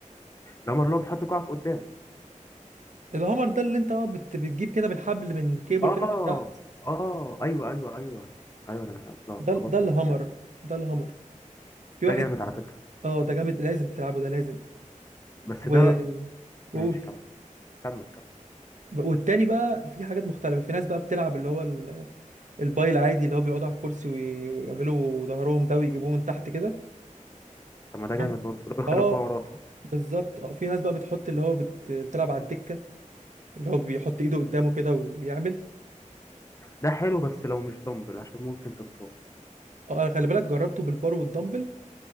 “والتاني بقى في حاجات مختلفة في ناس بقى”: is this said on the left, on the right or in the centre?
Right